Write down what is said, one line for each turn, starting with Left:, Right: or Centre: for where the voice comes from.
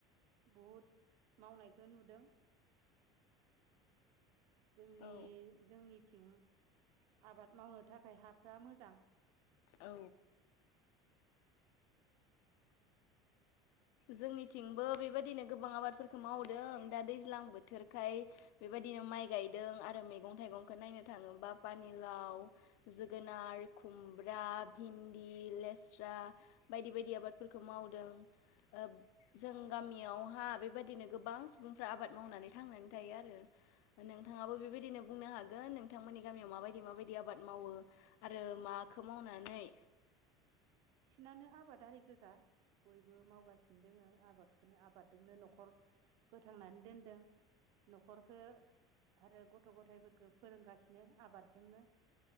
Right: बहुद मावनायखौ नुदों जोंनि
Left: औ
Right: जोंनिथिं आबाद मावनो थाखाय हाफ्रा मोजां
Left: औ जोंनिथिंबो बेबायदिनो गोबां आबादफोरखौ मावदों दा दैज्लां बोथोरखाय बेबायदि यो माइ गायदों आरो मैगं थाइगंखौ नायनो थाङोबा पानिलाव जोगोनार खुमब्रा भिन्दि लेस्रा बायदि बायदि आबादफोरखौ मावदों ओ जों गामियावहा बेबायदिनो गोबां सुबुंफ्रा आबाद मावनानै थांनानै थायो आरो नोंथाङाबो बेबायदिनो बुंनो हागोन नोंथांमोननि गामियाव माबायदि माबायदि आबाद मावो आरो माखौ मावनानै
Right: नानो आबादारि गोजा बयबो मावगासिनो दोङो आबादखोनो आबादजोंनो न'खर फोथांनानै दोनदों न'खरखो आरो गथ' गथायफोरखो फोरोंगासिनो आबाद दोंनो